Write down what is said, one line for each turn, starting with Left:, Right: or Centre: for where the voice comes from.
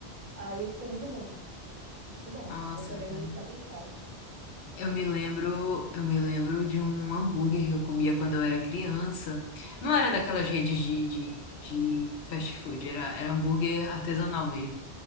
Right: Aí ficou muito bom. Muito bom.
Left: Nossa,
Right: Dessa vez
Left: cara.
Right: eles capricharam.
Left: Eu me lembro, eu me lembro de um hambúrguer que eu comia quando eu era criança. Não era daquelas redes de, de, de fast food, era, era hambúrguer artesanal mesmo.